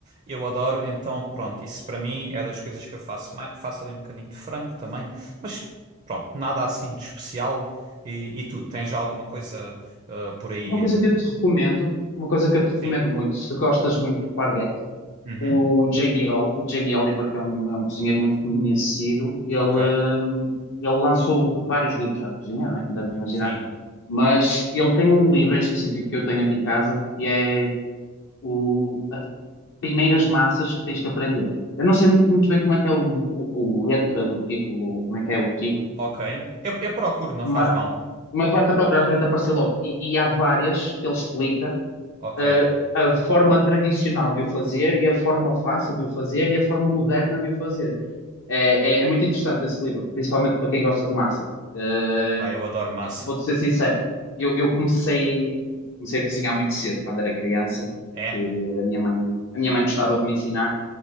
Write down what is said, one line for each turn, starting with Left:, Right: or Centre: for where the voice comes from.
Right: eu adoro. Então pronto, isso para mim é das coisas que eu faço. mais- Faço ali um bocadinho de frango também, mas pronto, nada assim de especial. E, e tu, tens já alguma coisa eh, por aí?
Left: uma coisa que eu te recomendo, uma coisa que eu te
Right: Sim.
Left: recomendo muito, se gostas muito de parguetes.
Right: Uhum.
Left: O Jamie, Ol- o Jamie Oliver, que é um, é um cozinheiro muito conhecido, ele,
Right: Ok,
Left: hum, ele lançou vários livros já de cozinha, não é? Como deves imaginar.
Right: sim.
Left: Mas ele tem um livro em específico que eu tenho aqui em casa, que é o, as primeiras massas que tens que aprender. Eu não sei muito bem como é que é o, o, o letra do título, ou como é que é o título,
Right: Ok. Eu, eu procuro, não
Left: mas,
Right: faz mal.
Left: mas basta procurar, vai-te aparecer logo. E, e há várias que ele explica,
Right: Ok.
Left: eh, a forma tradicional de o fazer e a forma fácil de o fazer e a forma moderna de o fazer. É, é, é muito interessante esse livro, principalmente para quem gosta de massa. Eh,
Right: Pá, eu adoro massa.
Left: vou-te ser sincero, eu, eu comecei, comecei a cozinhar muito cedo, quando era criança,
Right: É?
Left: que a minha mãe, a minha mãe gostava de me ensinar,